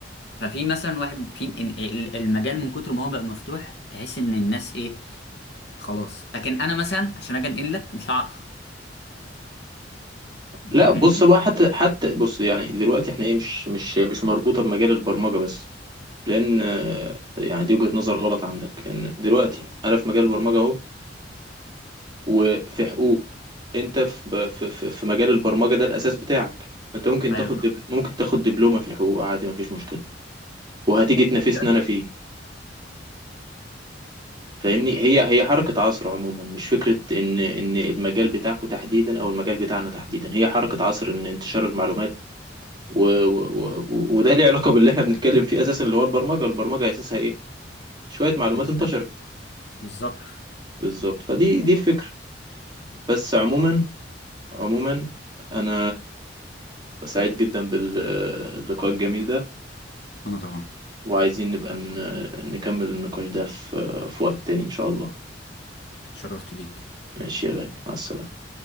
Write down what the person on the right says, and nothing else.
لا
بص بقى حتى حتى بص يعني دلوقتي احنا ايه مش مش مش مربوطه بمجال البرمجه بس لان آه، يعني دي وجهة نظر غلط عندك لان دلوقتي انا في مجال البرمجه اهو وفي حقوق انت في في في في مجال البرمجه ده الاساس بتاعك انت ممكن
تاخد
دبل... ممكن تاخد دبلومه في الحقوق عادي مفيش مشكله وهتيجي تنافسني
انا فيه فاهمني هي هي حركه عصر عموما مش فكره ان ان المجال بتاعكو تحديدا او المجال بتاعنا تحديدا هي حركه عصر ان انتشار المعلومات و... و... و... وده ليه علاقه باللي احنا بنتكلم فيه اساسا اللي هو البرمجه البرمجه اساسها ايه شويه معلومات
انتشرت
بالظبط فدي دي الفكره بس عموما عموما انا سعيد جدا باللقاء الجميل ده
وعايزين نبقى ن- نكمل النقاش ده في في وقت تاني إن شاء الله
ماشي يا غالي مع السلامة